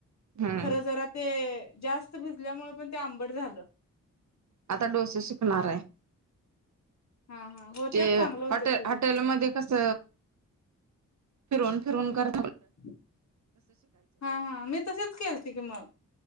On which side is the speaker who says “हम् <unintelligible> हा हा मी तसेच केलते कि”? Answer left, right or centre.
Left